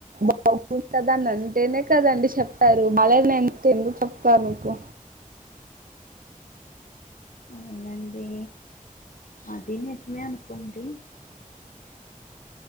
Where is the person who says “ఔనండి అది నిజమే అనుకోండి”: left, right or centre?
Left